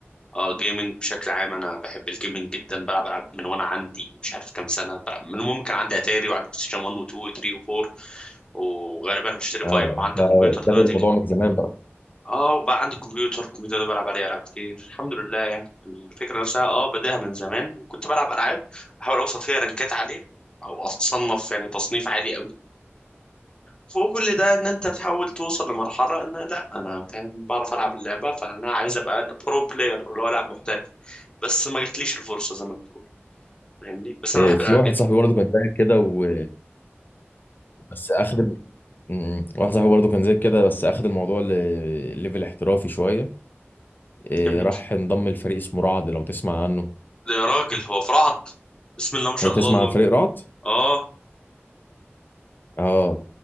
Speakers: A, on the left; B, on the left.
A: اه جيمنج بشكل عام انا بحب الجيمنج جدا بلعب العاب من وانا عندي مش عارف كام سنه بلعب من المهم كان عندي اتاري وعندي بلاي ستيشن 1 و2 و3 و4 وغالبا هشتري
B: اه
A: 5
B: انت
A: وعندي كمبيوتر
B: بادئ
A: دلوقتي
B: الموضوع
A: ك-
B: من زمان بقى
A: اه وبقى عندي كمبيوتر الكمبيوتر ده بلعب عليه العاب كتير الحمد لله يعني الفكره نفسها اه بداها من زمان وكنت بلعب العاب بحاول اوصل فيها رانكات عاليه او اتصنف يعني تصنيف عالي قوي فوق كل ده ان انت بتحاول توصل لمرحله ان لا انا فاهم بعرف العب اللعبه فانا عايز ابقى برو بلاير اللي هو لاعب محترف بس ما جاتليش الفرصه زي ما بتقول فاهمني بس انا
B: إيه،
A: بحب
B: في
A: الالعاب
B: واحد
A: جدا
B: صاحبي برضه كان زيك كده و... بس اخد ال- مم. واحد صاحبي برضه كان زيك كده بس اخد الموضوع ل- ليفل احترافي شويه إيه،
A: جميل
B: راح انضم لفريق اسمه رعد لو تسمع عنه
A: يا راجل هو فرعض بسم الله ما شاء
B: إيه، تسمع
A: الله الله
B: عن فريق رعد
A: اه
B: اه